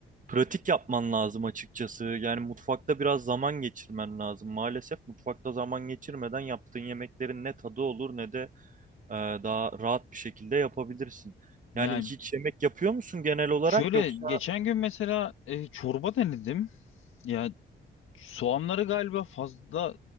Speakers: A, on the right; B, on the left.
A: pratik yapman lazım açıkçası. Yani mutfakta biraz zaman geçirmen lazım. Maalesef mutfakta zaman geçirmeden yaptığın yemeklerin ne tadı olur ne de eee, daha rahat bir şekilde yapabilirsin.
B: Yani
A: Yani hiç yemek yapıyor musun genel olarak
B: şöyle
A: yoksa?
B: geçen gün mesela e, çorba denedim. Ya soğanları galiba fazla